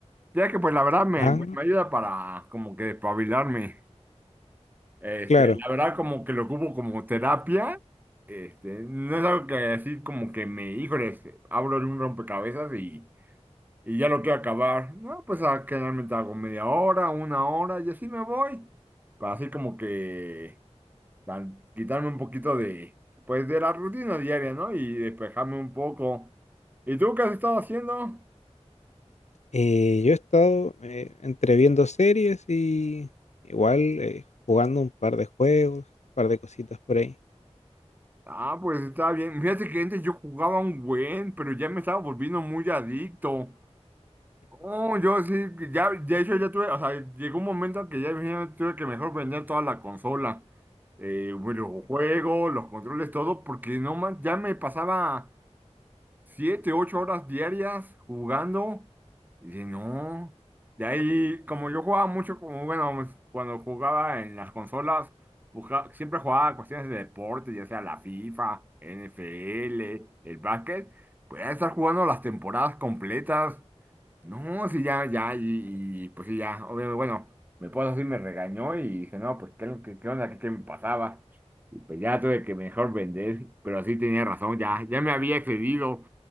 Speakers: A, on the right (about 15°); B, on the left (about 80°).
A: Ya que pues la verdad me,
B: Ah,
A: me ayuda para como que despabilarme. Este,
B: claro.
A: la verdad, como que lo ocupo como terapia. Este, no es algo que decir como que me, híjoles, abro un rompecabezas y, y ya lo quiero acabar. No, pues a, generalmente hago media hora, una hora y así me voy. Para así como que tal, quitarme un poquito de, pues de la rutina diaria, ¿no? Y despejarme un poco. ¿Y tú qué has estado haciendo?
B: Eh, yo he estado eh, entre viendo series y igual eh, jugando un par de juegos, un par de cositas por ahí.
A: Ah, pues está bien. Fíjate que antes yo jugaba un buen, pero ya me estaba volviendo muy adicto. No, yo sí, ya, de hecho ya tuve, o sea, llegó un momento en que ya imagínate, tuve que mejor vender toda la consola, eh, los juegos, los controles, todo, porque no más, ya me pasaba siete, ocho horas diarias jugando, y dije, no, de ahí, como yo jugaba mucho, como bueno, pues, cuando jugaba en las consolas, busca- siempre jugaba cuestiones de deporte, ya sea la FIFA, NFL, el básquet, podía estar jugando las temporadas completas. No, sí, ya, ya, y, y, pues sí, ya, obviamente, bueno, mi esposa sí me regañó y dije, no, pues qué, qué, qué onda, qué, qué me pasaba. Y pues ya tuve que mejor vender, pero sí tenía razón, ya, ya me había excedido.